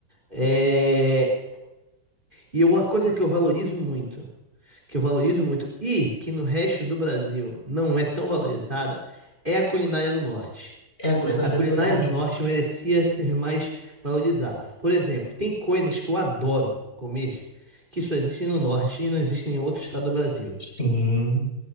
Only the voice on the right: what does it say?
É... E é uma coisa que eu valorizo muito, que eu valorizo muito e que no resto do Brasil não é tão valorizada, é a culinária do norte.
A culinária
do norte merecia ser mais valorizada. Por exemplo, tem coisas que eu adoro comer que só existem no norte e não existem em outro estado do Brasil.